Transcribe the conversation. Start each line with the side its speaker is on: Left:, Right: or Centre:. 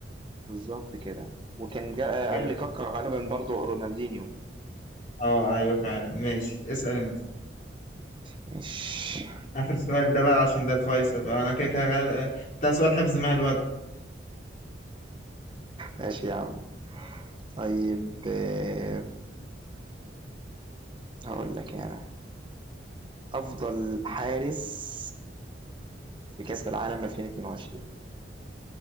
Right: بالضبط كده، وكان جا
Left: آه، جامد
Right: آه، قبل كاكا غالبًا برضه رونالدينيو.
Left: اه ايوه فعلا ماشي اسأل انت
Right: ماشي،
Left: آخر سؤال ده بقى عشان ده الفيصل بقى انا كده كده غال- ده سؤال حفظ مال
Right: ماشي يا عم. طيب آآ، هاقول لك أنا، أفضل حارس في كأس العالم 2022